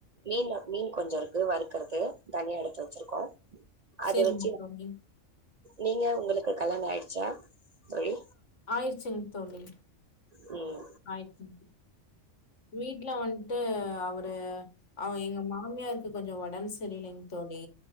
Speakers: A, on the right; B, on the left.
A: மீன் மீன் கொஞ்ச இருக்கு வறுக்கறது தனியா எடுத்து வச்சிருக்கோ அது
B: சரிங்க
A: வச்சு
B: தோழி.
A: நீங்க உங்களுக்கு கல்யாண ஆயிடுச்சா தோழி
B: ஆயிடுச்சுங்க தோழி
A: சேர்
B: ஆய்ட்டு வீட்ல வன்ட்டு அவரு அவ எங்க மாமியாருக்கு கொஞ்சோ ஒடம்பு சரியில்லைங் தோழி